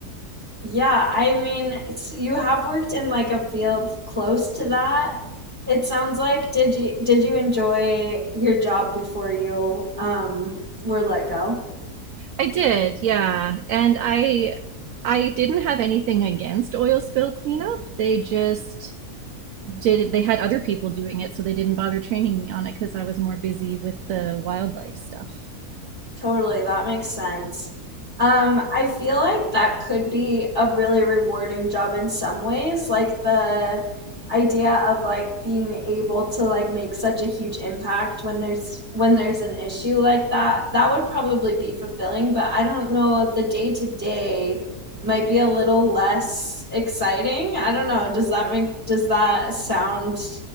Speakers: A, on the right; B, on the right.
A: Yeah, I mean, s- you have worked in like a field close to that. It sounds like did you did you enjoy your job before you um were let go?
B: I did, yeah. And I I didn't have anything against oil spill cleanup. They just did it. They had other people doing it, so they didn't bother training me on it because I was more busy with the wildlife stuff.
A: Totally, that makes sense. Um, I feel like that could be a really rewarding job in some ways, like the idea of like being able to like make such a huge impact when there's when there's an issue like that. That would probably be fulfilling, but I don't know, the day to day might be a little less exciting. I don't know. Does that make does that sound